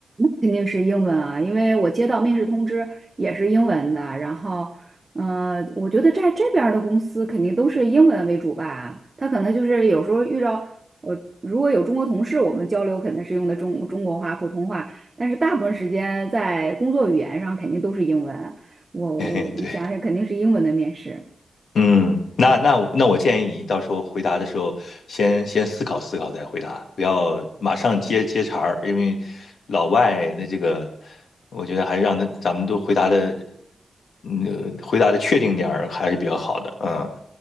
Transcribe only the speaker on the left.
<laughs> 嘿嘿，对。
嗯，那那那我建议你到时候回答的时候先，先思考思考再回答，不要马上接接茬儿，因为老外那这个，我觉得还是让他咱们都回答的，嗯，回答的确定点儿还是比较好的，嗯。